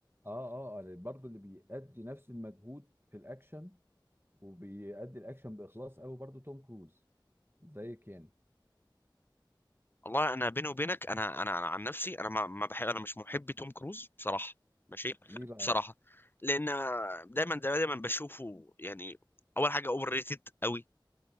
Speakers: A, on the right (about 30°); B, on the left (about 25°).
A: اه اه آه، برضه اللي برضو اللي بيأدي نفس المجهود في الاكشن وبيأدي الاكشن باخلاص قوي برضو توم كروز زي كان
B: والله انا بيني وبينك انا انا, أنا عن نفسي انا ما ما بحب انا مش محب توم كروز بصراحه ماشي
A: ليه بقى
B: بصراحه لان دايما دايما بشوفه يعني اول حاجه اوفر ريتد قوي